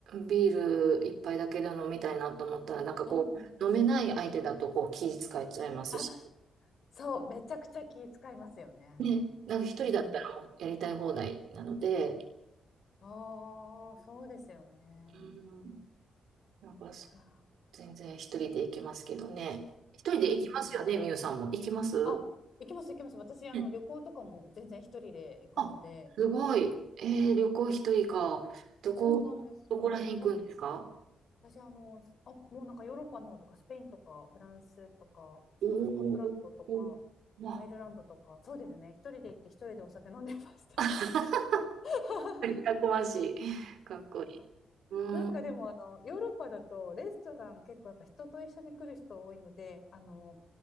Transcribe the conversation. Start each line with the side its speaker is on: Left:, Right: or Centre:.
Right: ビール一杯だけで飲みたいなと思ったら、なんかこう、
Left: うんうん
Right: 飲めない相手だとこう気使っちゃいますし、
Left: あ、そう、めちゃくちゃ気使いますよね。
Right: ね、なんか一人だったらもうやりたい放題なので、
Left: うん。ああ、そうですよね。
Right: うんなんかそ
Left: いや
Right: 全然一人で行きますけどね。一人で行きますよね、
Left: ー、うんうんうん。
Right: みゆさんも。行きます
Left: あ、行きます行きます。私、あの、
Right: うん
Left: 旅行とかも全然一人で行くので。
Right: あ、すごい。えー、旅行一人か。どこ、
Left: そうなんですよ。
Right: どこら辺行くんですか
Left: 私、あの、あ、もうなんかヨーロッパの方とか、スペインとか、フランスとか、ストスコットランドとか、
Right: おおー、ま
Left: アイルランドとか、そうですね、一人で行って一人でお酒飲んでました。
Right: あ、<laughs>
Left: <laughs>
Right: たくましい。かっこいい。うーん、
Left: なんかでも、あの、ヨーロッパだと、レストラン結構やっぱ人と一緒に来る人多いので、あの、